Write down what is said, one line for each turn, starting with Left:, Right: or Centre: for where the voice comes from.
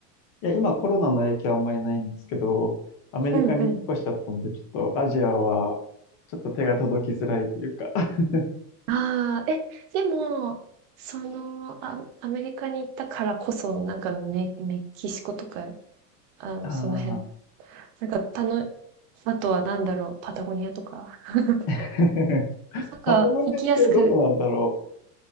Left: いや、今コロナの影響あんまりないんですけど、アメリカに引っ越しちゃったんで、
Right: うんうん。
Left: ちょっとアジアは、ちょっと手が届きづらいというか。<laughs>
Right: ああ、え、でも、その、あ、アメリカに行ったからこそ、なんかメ、メキシコとか、あの、
Left: ああ。
Right: その辺、なんか、たの、あとはなんだろう、パタゴニアとか、<laughs>
Left: <laughs>
Right: なんか、
Left: パタゴニアってどこなんだろ
Right: 行きやすく